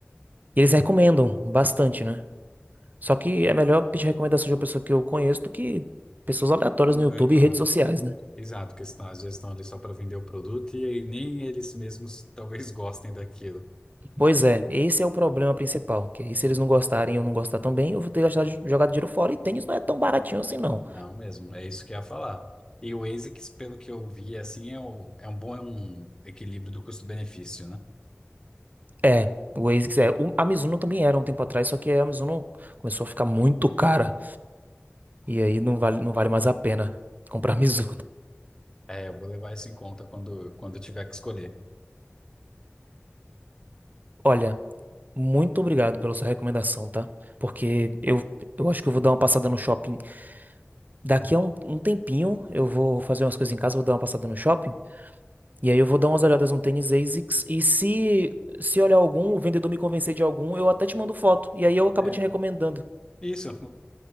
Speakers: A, on the right (about 40°); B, on the left (about 15°).
A: e eles recomendam bastante, né? Só que é melhor pedir recomendação de uma pessoa que eu conheço do que pessoas aleatórias
B: De um
A: no YouTube
B: aleatório.
A: e redes sociais, né?
B: Exato, porque senão, às vezes estão ali só para vender o produto e aí nem eles mesmos talvez <laughs> gostem daquilo.
A: Pois é, esse é o problema principal. Que aí, se eles não gostarem e eu não gostar também, eu vou ter gastado, jogado dinheiro fora. E tênis não é tão baratinho assim, não.
B: Não mesmo, é isso que eu ia falar. E o ASICS, pelo que eu vi, assim, é, o- é um bom é um equilíbrio do custo-benefício, né?
A: É, o ASICS é. o- a Mizuno também era um tempo atrás, só que a Mizuno começou a ficar muito cara. E aí não vale, não vale mais a pena comprar a Mizuno. <laughs>
B: É, eu vou levar isso em conta quando, quando eu tiver que escolher.
A: Olha, muito obrigado pela sua recomendação, tá? Porque eu, eu acho que eu vou dar uma passada no shopping. Daqui a um, um tempinho eu vou fazer umas coisas em casa, vou dar uma passada no shopping. E aí eu vou dar umas olhadas no tênis ASICS. E se, se olhar algum, o vendedor me convencer de algum, eu até te mando foto. E aí eu acabo
B: É,
A: te recomendando.
B: isso. <laughs>